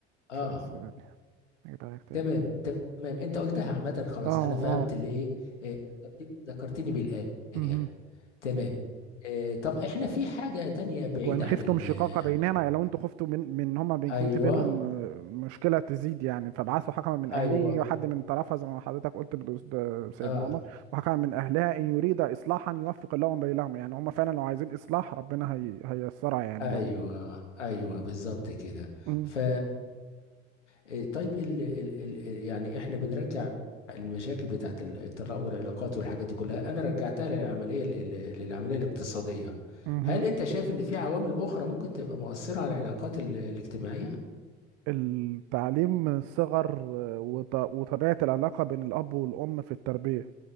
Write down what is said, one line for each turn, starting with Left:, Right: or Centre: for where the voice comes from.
Left: اه
Right: ف... يعني أجيبها لك تاني
Left: تمام تمام انت قلتها عامه خلاص
Right: اه
Left: انا فهمت
Right: اه
Left: اللي ايه آه، ذكرت- ذكرتني بالايه
Right: مهم.
Left: تمام آه طب احنا في حاجه تانية بعيده
Right: وان خفتم
Left: عن ال
Right: شقاق بينهما
Left: عن-
Right: يعني لو انتوا خفتوا من من إن هما بيكون
Left: ايوه
Right: في بينهم آه، مشكله تزيد يعني فابعثوا حكما من اهله
Left: ايوه
Right: يجي حد من طرفها زي ما حضرتك قلت بالأس- ده سيدنا
Left: اه
Right: عمر وحكما من اهلها ان يريد اصلاحا يوفق الله بينهما يعني هما فعلا لو عايزين اصلاح ربنا هي هييسرها يعني
Left: ايوه
Right: لو
Left: ايوه بالظبط كده
Right: مم.
Left: ف إيه طيب ال ال ال يعني احنا بنرجع المشاكل بتاعت ال- الطلاق والعلاقات والحاجات دي كلها انا رجعتها للعمليه ال- ال- للعمليه الاقتصاديه
Right: مهم.
Left: هل انت شايف ان في عوامل اخرى ممكن تبقى مؤثره على العلاقات ال- الاجتماعيه
Right: التعليم من الصغر آه، وط- وطبيعه العلاقه بين الاب والام في التربيه